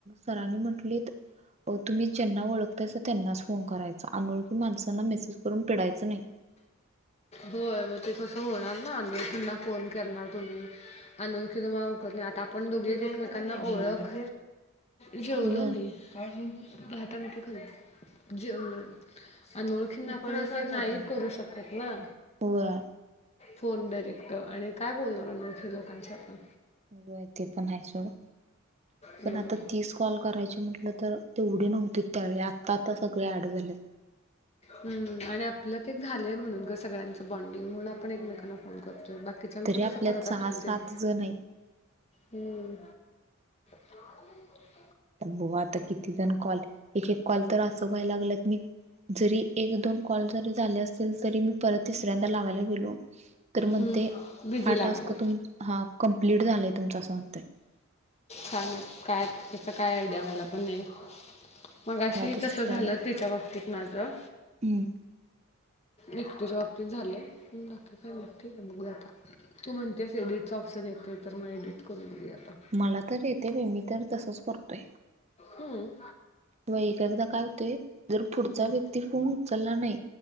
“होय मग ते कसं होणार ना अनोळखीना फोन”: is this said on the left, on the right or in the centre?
Left